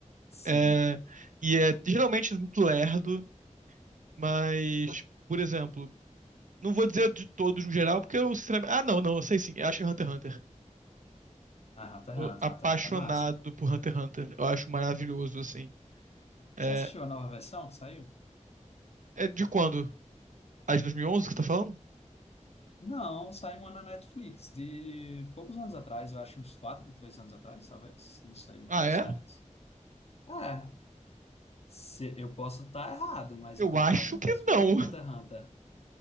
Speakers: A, on the left; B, on the right.
A: Sim.
B: É, e é geralmente muito lerdo, mas, por exemplo. Não vou dizer de todos no geral, porque eu sinceramente. Ah, não, não, eu sei sim. Eu acho Hunter x Hunter.
A: Ah, Hunter x
B: Tô
A: Hunter,
B: apaixonado
A: Hunter x Hunter é massa.
B: por Hunter x Hunter. Eu acho maravilhoso, assim.
A: Você
B: É,
A: assistiu a nova versão que saiu?
B: é de quando? A de 2011
A: E-
B: que você tá falando?
A: Não, saiu uma na Netflix, de poucos anos atrás, eu acho uns 4, 3 anos atrás, talvez, não sei,
B: Ah,
A: tão
B: é?
A: certo. É, se, eu posso estar errado, mas
B: Eu
A: eu tenho
B: acho
A: quase certeza
B: que
A: que foi
B: não.
A: Hunter x Hunter.